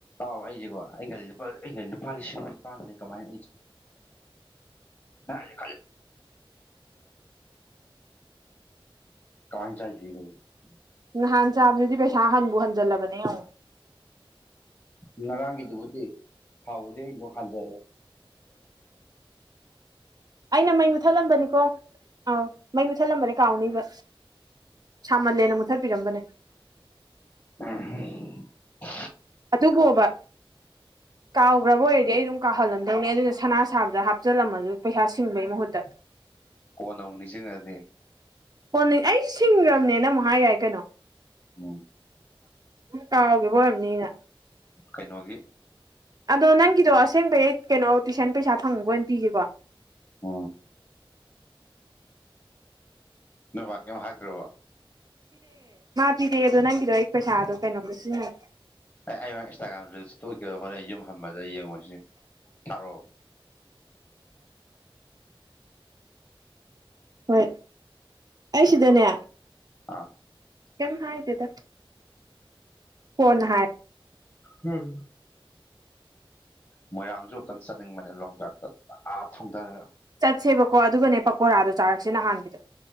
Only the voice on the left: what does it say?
ꯑꯩꯁꯦꯀꯣ ꯑꯩꯈꯜꯂꯤꯁꯦ ꯂꯨꯄꯥ ꯑꯩꯒꯤ ꯂꯨꯄꯥ ꯂꯤꯁꯤꯡ ꯅꯤꯄꯥꯥꯟꯁꯦ ꯀꯃꯥꯏꯅ <inaudible> ꯅꯠꯇꯦ ꯀꯃꯥꯏ <unintelligible>
ꯉꯔꯥꯡꯒꯤꯗꯨꯕꯨꯗꯤ ꯊꯥꯎꯕꯨꯗꯤ ꯑꯩꯁꯨꯣ ꯍꯟꯖꯔꯦ
ꯑ
ꯀꯣꯟꯅꯧꯅꯤꯁꯤꯡꯗꯦ
ꯎꯝ
ꯀꯩꯅꯣꯒꯤ
ꯑ ꯅꯚ ꯀꯩꯣ ꯍꯥꯏꯗ꯭ꯔꯕ
ꯑꯩ ꯑꯩ ꯏꯟꯁꯇꯥꯒ꯭ꯔꯥꯝꯗꯨꯣꯛꯀꯦ ꯍꯣꯔꯦꯟ ꯌꯨꯝ ꯍꯟꯕꯗ ꯌꯦꯡꯉꯨꯁꯤꯦ ꯊꯔꯣ
ꯑꯥ
ꯎꯝ ꯃꯣꯏꯔꯥꯡꯁꯨ ꯑꯨꯛꯇꯪ ꯆꯠꯅꯤꯡꯕꯅꯦ ꯂꯣꯡ ꯗ꯭ꯔꯥꯏꯞꯇ ꯑꯥ ꯊꯣꯡꯊꯔꯒ